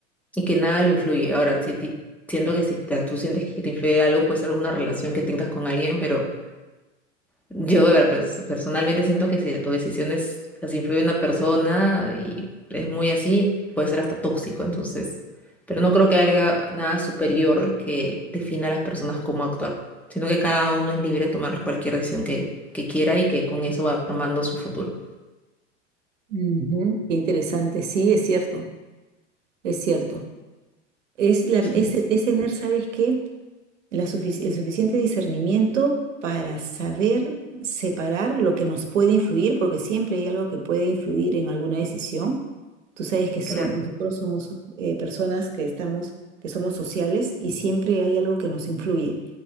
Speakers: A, in the centre; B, on the right.
A: y que nada lo influye. Ahora, si a ti- siento que si te- tú sientes que te influye algo, puede ser alguna relación que tengas con alguien, pero... Yo, a ver, pers- personalmente siento que si tu decisión es, las influye en una persona y es muy así, puede ser hasta tóxico, entonces. Pero no creo que haya nada superior que defina a las personas cómo actuar, sino que cada uno es libre de tomar cualquier decisión que, que quiera y que con eso va armando su futuro.
B: Ujú, Qué interesante. Sí, es cierto, es cierto. Es, la,
A: Sí,
B: es, es tener, ¿sabes qué? la sufic- el suficiente discernimiento para saber separar lo que nos puede influir, porque siempre hay algo que puede influir en alguna decisión. Tú sabes que so-
A: claro.
B: nosotros somos eh, personas que estamos, que somos sociales y siempre hay algo que nos influye